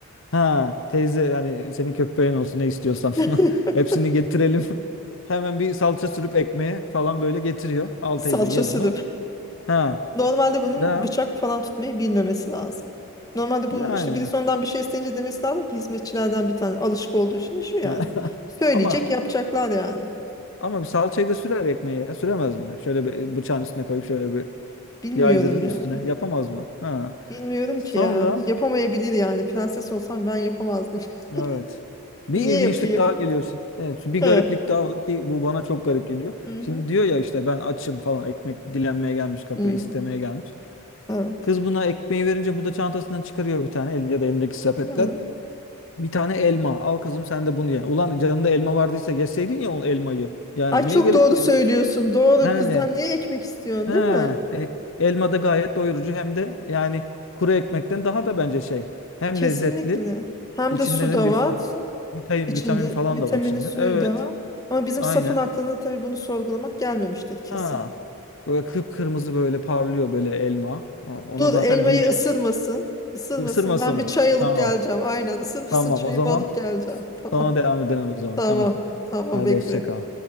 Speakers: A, on the left (about 55°); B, on the left (about 15°).
A: ha teyze yani senin köpeğin olsun ne istiyorsan
B: <laughs>
A: <laughs> hepsini getirelim. <laughs> Hemen bir salça sürüp ekmeğe falan böyle getiriyor. Al
B: Salça
A: teyze ye
B: sürüp.
A: bunu. Ha
B: Normalde bunun
A: da
B: bıçak falan tutmayı bilmemesi lazım. Normalde
A: yani
B: bu işte birisi ondan bir şey isteyince demesi lazım ki hizmetçilerden bir tane alışık olduğu şey şu yani.
A: <laughs>
B: Söyleyecek
A: Ama
B: yapacaklar yani.
A: Ama bir salçayı da sürer ekmeği ya. Süremez mi? Şöyle bir bıçağın üstüne koyup şöyle bir
B: Bilmiyorum
A: yaydırır
B: ya.
A: üstüne. Yapamaz mı? Ha.
B: Bilmiyorum
A: Sonra
B: ki ya. Yapamayabilir yani. Prenses olsam ben yapamazdım.
A: evet.
B: <laughs>
A: Bir
B: Niye
A: ilginçlik
B: yapayım?
A: daha geliyor. şimdi. Evet, bir
B: Hı.
A: gariplik daha var ki bu bana çok garip geliyor.
B: Hı-hı.
A: Şimdi diyor ya işte ben açım falan ekmek dilenmeye gelmiş kapıyı
B: Hı.
A: istemeye
B: Hı.
A: gelmiş.
B: Evet.
A: Kız buna ekmeği verince bu da çantasından çıkarıyor bir tane el ya da elindeki sepetten.
B: Hı.
A: Bir tane elma. Al kızım sen de bunu ye. Ulan canında elma vardıysa yeseydin ya o elmayı. Yani
B: Ay
A: niye
B: çok
A: gelip
B: doğru
A: de-
B: söylüyorsun. Doğru.
A: yani
B: Kızdan niye ekmek istiyorsun,
A: Ha,
B: değil mi?
A: e- elma da gayet doyurucu hem de yani kuru ekmekten daha da bence şey. Hem
B: Kesinlikle.
A: lezzetli,
B: Hem
A: içinde
B: de su
A: de
B: da
A: bir
B: var.
A: sürü vitamin,
B: İçinde
A: vitamin falan
B: vitamini
A: da var içinde.
B: suyu
A: Evet,
B: da var. Ama bizim
A: aynen.
B: safın aklına tabii bunu sorgulamak gelmemiştir kesin.
A: Ha, böyle kıpkırmızı böyle parlıyor böyle elma. Ama Ona
B: Dur
A: zaten
B: elmayı
A: büyü yap.
B: ısırmasın. Isırmasın.
A: Isırmasın
B: Ben bir
A: mı?
B: çay alıp
A: Tamam.
B: geleceğim. Aynen ısırmasın
A: Tamam
B: çayımı
A: o zaman.
B: alıp geleceğim. Tamam.
A: Sonra devam edelim o zaman.
B: Tamam.
A: Tamam.
B: Tamam
A: Hadi
B: bekle.
A: hoşça kal.